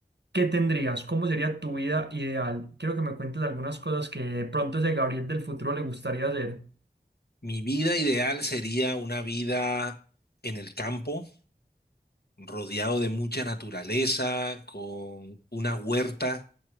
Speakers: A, on the right; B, on the left.
A: ¿qué tendrías? ¿Cómo sería tu vida ideal? Quiero que me cuentes algunas cosas que de pronto ese Gabriel del futuro le gustaría hacer.
B: Mi vida ideal sería una vida en el campo, rodeado de mucha naturaleza, con una huerta